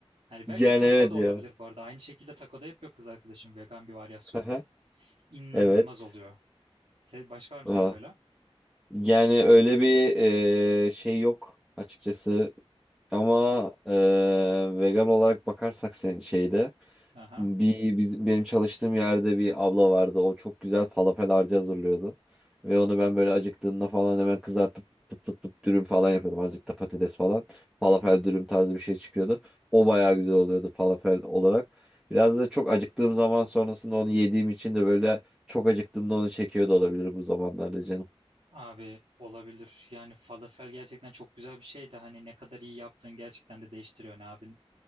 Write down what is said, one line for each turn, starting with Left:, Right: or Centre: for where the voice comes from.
Right: Hani
Centre: Yani
Right: belki taco
Centre: evet
Right: da olabilir
Centre: ya.
Right: bu arada. Aynı şekilde taco da yapıyor kız arkadaşım vegan bir varyasyonunu.
Centre: Haha,
Right: inanılmaz
Centre: Evet.
Right: oluyor. Se- Başka var mı
Centre: Aa.
Right: senin böyle?
Centre: Yani öyle bir e, şey yok açıkçası. Ama e, vegan olarak bakarsak senin şeyde.
Right: Aha.
Centre: Bir bizim benim çalıştığım yerde bir abla vardı. O çok güzel falafel harcı hazırlıyordu. Ve onu ben böyle acıktığımda falan hemen kızartıp pıt pıt pıt dürüm falan yapıyordum. Azıcık da patates falan. Falafel
Right: Hı hı.
Centre: dürüm tarzı bir şey çıkıyordu. O bayağı güzel oluyordu falafel olarak. Biraz da çok acıktığım zaman sonrasında onu yediğim için de böyle çok acıktığımda onu çekiyordu olabilir bu zamanlarda canım.
Right: Abi olabilir. Yani falafel gerçekten çok güzel bir şey de hani ne kadar iyi yaptığın gerçekten de değiştiriyor ne abin.